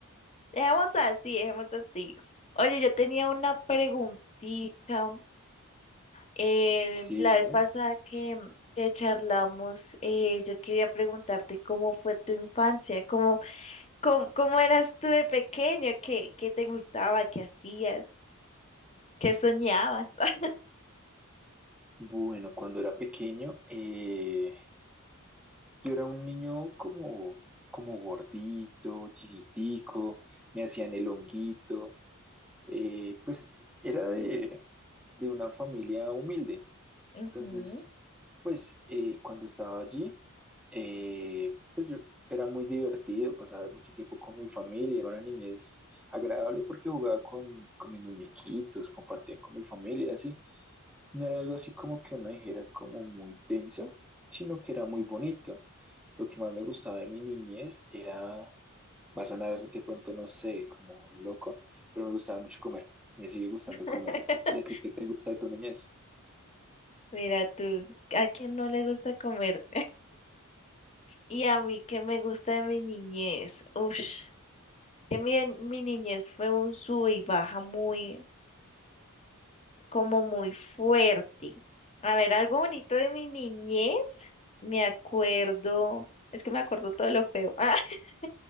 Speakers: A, on the left (about 30°); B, in the centre.
A: dejemos así, dejemos así. Oye, yo tenía una preguntita. Eh,
B: Sí,
A: la
B: dime.
A: vez pasada que, que charlamos, eh, yo quería preguntarte cómo fue tu infancia, cómo, cómo, cómo eras tú de pequeño, qué, qué te gustaba, qué hacías, qué soñabas. <laughs>
B: Bueno, cuando era pequeño, eh, yo era un niño como, como gordito, chiquitico, me hacían el honguito, Eh, pues era de, de una familia humilde.
A: Ujú.
B: Entonces, pues eh, cuando estaba allí, eh, pues yo era muy divertido, pasaba mucho tiempo con mi familia, era una niñez agradable porque jugaba con, con mis muñequitos, compartía con mi familia, así. No era algo así como que uno dijera como muy denso, sino que era muy bonito. Lo que más me gustaba de mi niñez era Va a sonar de pronto, no sé, como loco, pero me gustaba mucho comer y me sigue gustando comer.
A: <laughs>
B: ¿Y a ti qué te gusta de tu niñez?
A: Mira tú, ¿a quién no le gusta comer? Y a mí ¿qué me gusta de mi niñez. Uf, que mi, mi niñez fue un sube y baja muy, como muy fuerte. A ver, algo bonito de mi niñez, me acuerdo, es que me acuerdo todo lo feo. <laughs>